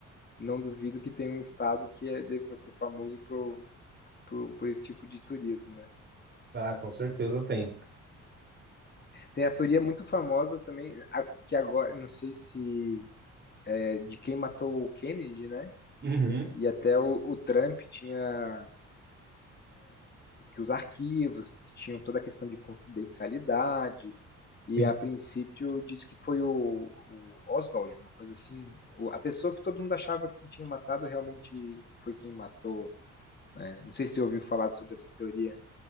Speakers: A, on the left; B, on the right.
A: não duvido que tem um estado que é, deve ser famoso por, por, por esse tipo de turismo, né?
B: Ah, com certeza tem.
A: Tem a teoria muito famosa também, a- que agora, não sei se é de quem matou o Kennedy, né?
B: Uhum.
A: E até o, o Trump tinha que os arquivos tinham toda a questão de confidencialidade, e
B: Sim.
A: a princípio disse que foi o, o Oswald, uma coisa assim. O, a pessoa que todo mundo achava que tinha matado realmente foi quem matou. Né? Não sei se você ouviu falar sobre essa teoria.